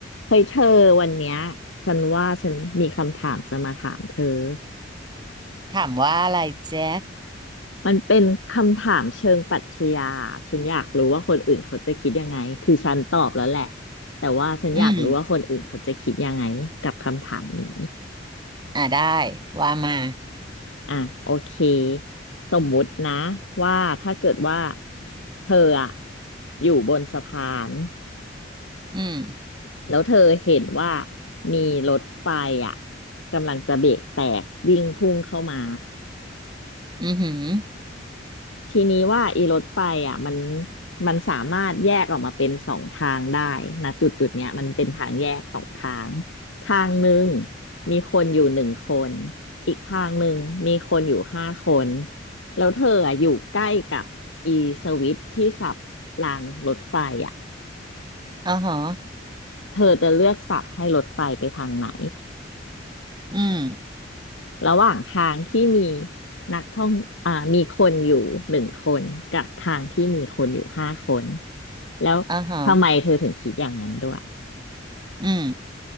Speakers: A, on the left; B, on the right.
A: เฮ้ยเธอวันเนี้ยฉันว่าฉันมีคำถามจะมาถามเธอ
B: ถามว่าอะไรเจ๊
A: มันเป็นคำถามเชิงปรัชญาฉันอยากรู้ว่าคนอื่นเขาจะคิดยังไงคือฉันตอบแล้วแหละแต่ว่าฉันอยากรู้ว่าคนอื่นเขาจะคิดยังไงกับคำถามนี้
B: อืม อ่าได้ ว่ามา
A: อ่ะโอเคสมมุตินะว่าถ้าเกิดว่าเธออะอยู่บนสะพาน
B: อืม
A: แล้วเธอเห็นว่ามีรถไฟอะกำลังจะเบรกแตกวิ่งพุ่งเข้ามา
B: อือหือ
A: ทีนี้ว่าอีรถไฟอ่ะมันมันสามารถแยกออกมาเป็นสองทางได้นะจุดจุดเนี้ยมันเป็นทางแยกสองทางทางหนึ่งมีคนอยู่หนึ่งคนอีกทางหนึ่งมีคนอยู่ห้าคนแล้วเธออ่ะอยู่ใกล้กับอีสวิตช์ที่สับรางรถไฟอ่ะ
B: อ๋อหอ
A: เธอจะเลือกสับให้รถไฟไปทางไหน
B: อืม
A: ระหว่างทางที่มีนักท่องอ่ามีคนอยู่หนึ่งคนกับทางที่มีคนอยู่ห้าคนแล้วทำไมเธอถึงคิดอย่างนั้นด้วย
B: อ๋อหออืม